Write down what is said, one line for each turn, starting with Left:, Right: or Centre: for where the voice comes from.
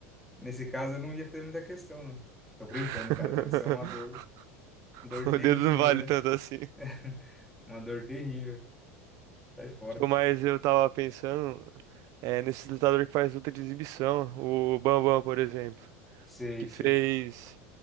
Centre: Nesse caso eu não ia fazer muita questão, não. Tô brincando,
Right: <laughs>
Centre: cara. Deve ser uma dor, dor
Right: O
Centre: terrível,
Right: dedo não vale
Centre: né?
Right: tanto assim.
Centre: <laughs> Uma dor terrível. Sai fora.
Right: Pô, mas eu tava pensando é, nesses lutadores que faz luta de exibição. O Bambam, por exemplo,
Centre: Sei,
Right: que
Centre: sei.
Right: fez.